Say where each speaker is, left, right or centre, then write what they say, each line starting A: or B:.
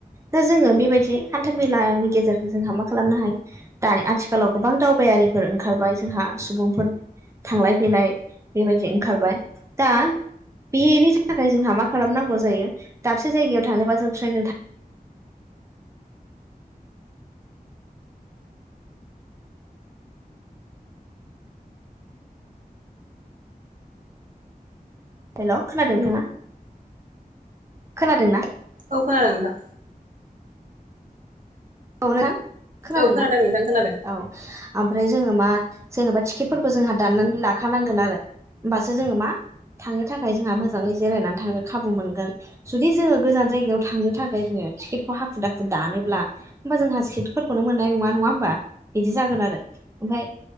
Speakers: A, on the right; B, on the right.
A: दा जोङो बेबायदि हान्था मेलानि गेजेरजों जोंहा मा खालामनो हायो दानि आथिखालाव गोबां दावबायारि फोर ओंखारबाय जोंहा सुबुंफोर थांलाय फैलाय बेबायदि ओंखारबाय दा बेनि थाखाय जोंहा मा खालामनांगौ जायो दाबसे जायगायाव थानोबा जों फ्रेनजों हेल' खोनादों नङा खोनादों ना?
B: औ खोनादों नोंथां।
A: औ ना खोनादोंना
B: औ खोनादों नोंथां खोनादों
A: औ। ओमफ्राय जोङो मा जेन'बा टिकेटफोरखौ जोंहा दाननानै लाखानांगोन आरो होमबासो जोङो मा थांनो थाखाय जोंहा मोजाङै जिरायनानै थांनो खाबु मोनगोन जुदि जोङो गोजान जायगायाव थांनो थाखाय जोङो टिकेटखौ हाखु दाखु दानोब्ला ओमबा जोंहा सिटफोरखौनो मोननाय नङा नङा होमबा? बिदि जागोन आरो ओमफाय